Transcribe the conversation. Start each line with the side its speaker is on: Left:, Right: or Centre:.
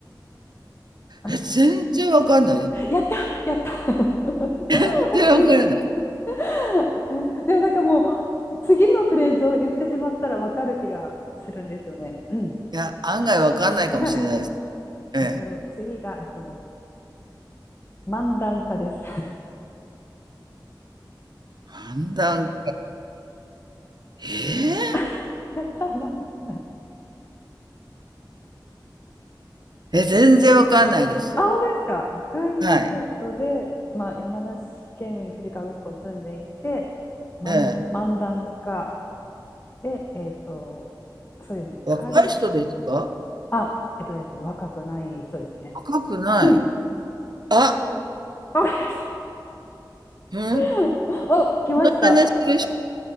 Left: あ
Right: え、全然わかんないです。
Left: やった、やった。<laughs>
Right: 全然わからない。
Left: なんか <laughs> でもなんかもう、次のフレーズを言ってしまったらわかる気がするんですよね。うん
Right: いや、案外わかんないかもしれないです。
Left: わかんないですかね。
Right: ええ。
Left: えっと、次が、えっと、漫談家です。
Right: 判断、え
Left: <laughs> やったー、漫談家ない。
Right: ええ、全然わかんないです。
Left: あ、本当ですか。赤いジャケットで、
Right: はい。
Left: まあ、山梨県富士河口湖に住んでいて、漫、
Right: ええ。
Left: 漫談家で、えっと、そうですね、
Right: 若い人ですか
Left: 彼、あ、えっとですね、若くない人ですね。
Right: 若くない。
Left: うん。
Right: あ、
Left: わかりました。
Right: うん。
Left: <laughs> お、来ました。
Right: モノマネする人